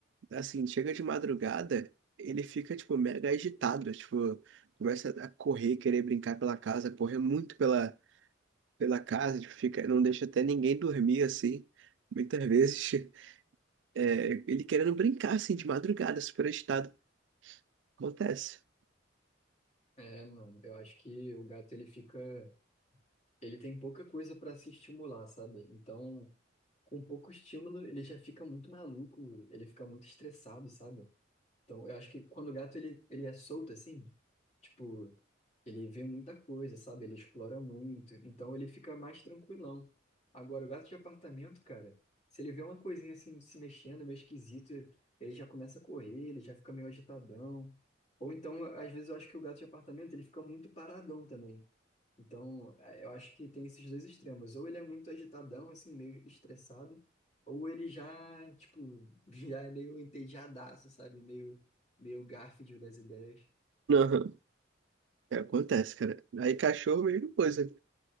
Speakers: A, on the right; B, on the left.
A: assim, chega de madrugada, ele fica, tipo, mega agitado, tipo, começa a correr, querer brincar pela casa, correr muito pela, pela casa, tipo, fica, não deixa até ninguém dormir, assim, muitas vezes, <laughs> é, ele querendo brincar, assim, de madrugada, super agitado, acontece.
B: É, mano, eu acho que o gato ele fica. Ele tem pouca coisa pra se estimular, sabe? Então, com pouco estímulo, ele já fica muito maluco, ele fica muito estressado, sabe? Então, eu acho que quando o gato ele, ele é solto assim, tipo, ele vê muita coisa, sabe? Ele explora muito, então ele fica mais tranquilão. Agora, o gato de apartamento, cara, se ele vê uma coisinha assim se mexendo, meio esquisito, ele já começa a correr, ele já fica meio agitadão. Ou então, às vezes eu acho que o gato de apartamento ele fica muito paradão também. Então, eh, eu acho que tem esses dois extremos. Ou ele é muito agitadão, assim, meio estressado. Ou ele já, tipo, <laughs> já é meio entediadaço, sabe? Meio, meio Garfield das ideias.
A: Aham. É, acontece, cara. Aí cachorro, mesma coisa.